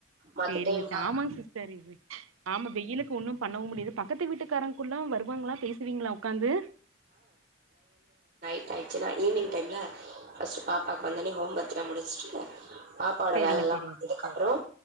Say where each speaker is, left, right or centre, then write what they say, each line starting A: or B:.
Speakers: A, on the right; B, on the right.
A: மத்த
B: சேரிங்க
A: டைம்லாம்
B: சிஸ் ஆம்மாங் சிஸ்டர் இது ஆம்மா வெயிலுக்கு ஒண்ணும் பண்ணவும் முடிது பக்கத்து வீட்டுக்காரங்குள்ளல்லா வருவாங்களா பேசுவீங்களா உக்காந்து
A: ஆய்ச்சினா ஈவினிங் டெய்மலெ ஃபஸ்ட் பாப்பாக்கு வந்தோனே ஹோம் ஒர்க்லா முடிஸ்ட்டு பாப்பாவோட
B: சேரிங்க
A: வேலெல்லா
B: சேரிங்க
A: பாத்ததுக்கு
B: சிஸ்டர்
A: அப்றோ